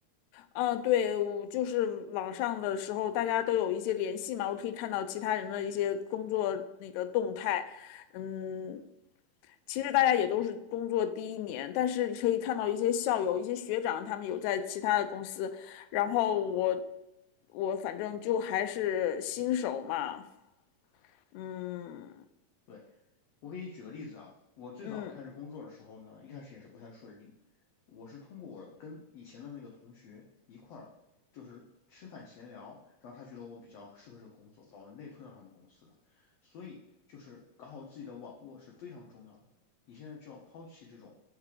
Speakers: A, on the left; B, on the left.
A: 嗯，对，我就是网上的时候，大家都有一些联系嘛，我可以看到其他人的一些工作那个动态。嗯，其实大家也都是工作第一年，但是可以看到一些校友、一些学长，他们有在其他的公司，然后我我反正就还是新手嘛，嗯。
B: 对。我给你举个例子啊，我最早开始工作的时候呢，
A: 嗯，
B: 一开始也是不太顺利。我是通过我跟以前的那个同学一块儿，就是吃饭闲聊，然后他觉得我比较适合这个工作，把我内推到他们公司的。所以就是搞好自己的网络是非常重要的。你现在就要抛弃这种